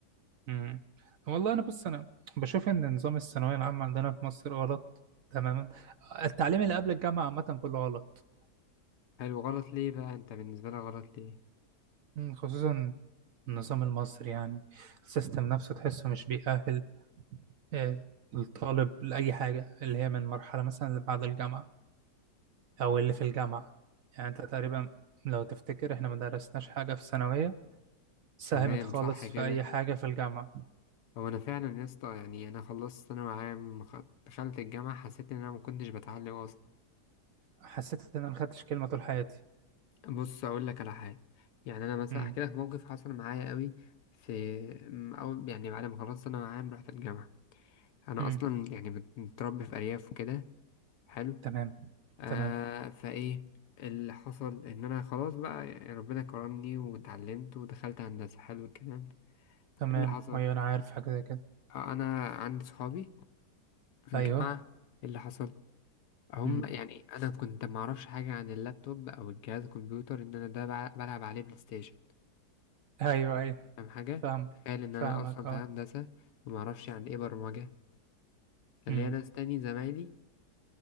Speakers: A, on the right; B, on the left.
A: امم والله انا بص انا بشوف ان نظام الثانوية العامة عندنا في مصر غلط تماما التعليم اللي قبل الجامعة عامة كله غلط
B: حلو غلط ليه بقى انت بالنسبه لك غلط ليه
A: مم، خصوصا النظام المصري يعني السيستم نفسه تحسه مش بيأهل آه، الطالب لأي حاجة اللي هي من مرحلة مثلا اللي بعد الجامعة أو اللي في الجامعة يعني أنت تقريبا لو تفتكر إحنا ما درسناش حاجة في الثانوية ساهمت
B: تمام
A: خالص
B: صح
A: في
B: كده
A: أي حاجة في الجامعة
B: هو انا فعلا يا اسطى يعني انا خلصت ثانوي عام خ- دخلت الجامعه حسيت ان انا ما كنتش بتعلم اصلا
A: حسيت إن أنا ما خدتش كلمة طول حياتي
B: بص اقول لك على حاجه يعني انا مثلا
A: امم
B: احكي لك موقف حصل معايا قوي في م- او يعني بعد ما خلصت ثانوي عام رحت الجامعه انا
A: امم
B: اصلا يعني مت- متربي في ارياف وكده حلو
A: تمام
B: آه
A: تمام
B: فايه اللي حصل ان انا خلاص بقى يعني ربنا كرمني واتعلمت ودخلت هندسه حلو الكلام إيه
A: تمام
B: اللي حصل
A: أيوة أنا عارف حاجة زي كده
B: آه انا عندي صحابي في الجامعه
A: أيوه
B: إيه اللي حصل هم
A: امم
B: يعني انا كنت معرفش حاجه عن اللابتوب او الجهاز الكمبيوتر ان انا ده بع- بلعب عليه بلاي ستيشن
A: أيوه أيوه
B: فاهم حاجة
A: فاهم
B: تخيل إن
A: فاهمك
B: أنا أصلا
A: أه
B: في هندسة ومعرفش يعني إيه برمجة كان
A: امم
B: ليا ناس تاني زمايلي